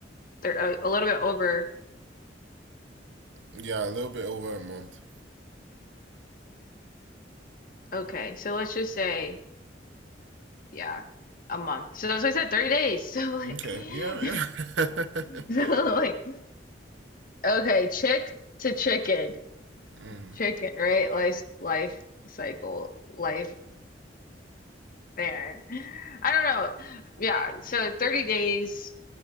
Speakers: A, on the left (about 50°); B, on the right (about 90°).
A: they're a, a little bit over.
B: Yeah, a little bit over a month.
A: Okay. So, let's just say, yeah, a month. So, that's what I said, 30 days. <laughs> So, like,
B: Okay.
A: <laughs>
B: Yeah, yeah.
A: so,
B: <laughs>
A: like, okay, chick to chicken,
B: Mm.
A: chicken, right? Life, life cycle, life. Man, I don't know. Yeah, so 30 days